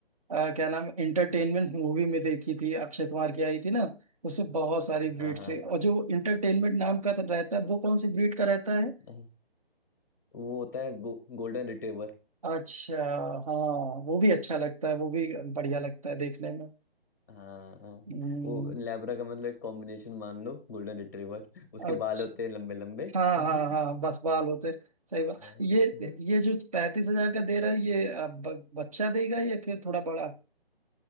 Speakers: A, on the right; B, on the left.
A: आ, क्या नाम इंटरटेनमेंट मूवी में देखी थी अक्षय कुमार की आई थी ना उसमें बहुत सारी ब्रीड्स
B: हाँ हाँ
A: है और जो इंटरटेनमेंट नाम का तो रहता है वो कौन सी ब्रीड का रहता है
B: हाँ, वो होता है गो, गोल्डन रिट्रीवर
A: अच्छा हाँ वो भी अच्छा लगता है वो भी बढ़िया लगता है देखने में
B: हाँ
A: हम्म,
B: वो लैब्रा का मतलब एक कॉम्बिनेशन मान लो गोल्डन रिट्रीवर उसके
A: अच्छा
B: बाल होते हैं लंबे लंबे
A: हाँ
B: <laughs>
A: हाँ हाँ बस बाल होते सही बात
B: हाँ,
A: ये
B: हाँ।
A: ये जो पैंतीस हजार का दे रहा है ये आ, ब, बच्चा देगा या फिर थोड़ा बड़ा